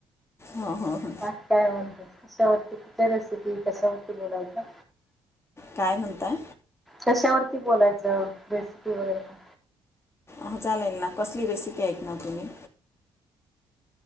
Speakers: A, on the left; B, in the centre.
A: हो हो हो.
B: बाकी काय म्हणता? कशावरती? कुठ रेसिपी कशावरती बोलायच्या?
A: काय म्हणताय
B: कशावरती बोलायचं? रेसिपी वगैरे का?
A: अ चालेल ना. कसली रेसिपी ऐकणार तुम्ही?